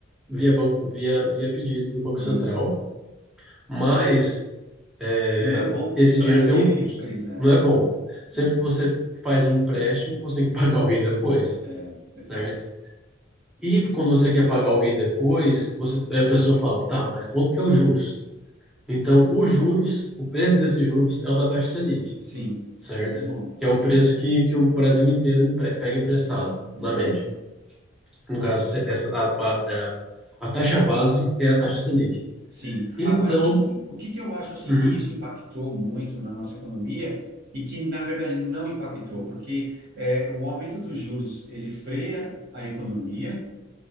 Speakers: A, in the centre; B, on the right.
A: via, banco, via, via pedidos do Banco
B: Isso.
A: Central, mas é,
B: Não é bom
A: esse
B: para
A: dinheiro tem
B: ele
A: um custo,
B: nem para eles, é.
A: não é bom. Sempre
B: Não.
A: que você faz um empréstimo, você tem que <laughs> pagar alguém depois,
B: É, exato.
A: certo? E quando você quer pagar alguém depois, você, a pessoa fala, tá, mas quanto que é os juros? Então, os juros, o preço desses juros é o da taxa Selic,
B: Sim,
A: certo?
B: muito bom.
A: Que é o preço que, que o Brasil inteiro empre, pega emprestado,
B: Exato.
A: na média. No caso, essa, a, a, a taxa base é a taxa Selic.
B: Sim.
A: Então,
B: Agora, o que, que- o que que eu acho assim
A: Uhum,
B: que isso impactou muito na nossa economia e que, na verdade, não impactou, porque é, o aumento dos juros, ele freia a economia,